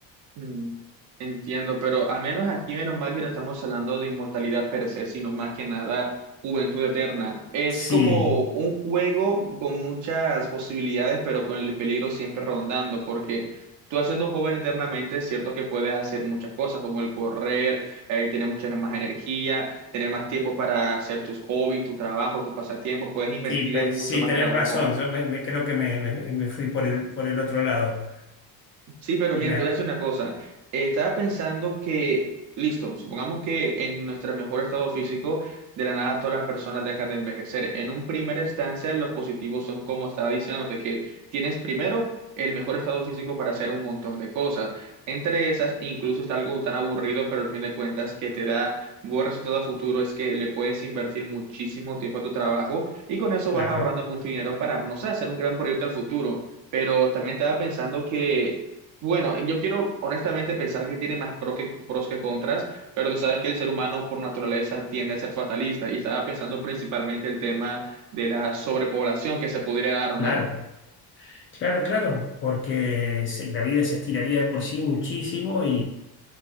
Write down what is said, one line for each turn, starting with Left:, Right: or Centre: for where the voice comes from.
Right: Mm, Entiendo, pero al menos aquí, menos mal que no estamos hablando de inmortalidad per se, sino más que nada juventud eterna. Es
Left: Sí,
Right: como un juego con muchas posibilidades, pero con el peligro siempre rondando, porque tú siendo joven eternamente, es cierto que puedes hacer muchas cosas, como el correr, eh, tener mucha más energía, tener más tiempo para hacer tus hobbies, tu trabajo, tus pasatiempos, puedes invertir
Left: sí, pues,
Right: en mucho
Left: sí,
Right: más
Left: tenés
Right: trabajo
Left: razón. Yo me, me- creo que me, me- me fui por el, por el otro lado.
Right: Sí, pero
Left: La-
Right: mira, te voy a decir una cosa. Eh, estaba pensando que, listo, supongamos que en nuestro mejor estado físico, de la nada todas las personas dejan de envejecer. En un primer instancia, los positivos son como estaba diciéndote, que tienes primero el mejor estado físico para hacer un montón de cosas. Entre esas, incluso está algo tan aburrido, pero al fin de cuentas que te da buen resultado a futuro, es que le puedes invertir muchísimo tiempo a tu trabajo y con eso
Left: claro,
Right: vas ahorrando mucho dinero para, no sé, hacer un gran proyecto al futuro. Pero también estaba pensando que bueno, yo quiero honestamente pensar que tiene más pro que- pros que contras, pero tú sabes que el ser humano por naturaleza tiende a ser fatalista y estaba pensando principalmente el tema de la sobrepoblación que se podría dar,
Left: claro,
Right: ¿no?
Left: claro, claro, porque se- la vida se estiraría de por sí muchísimo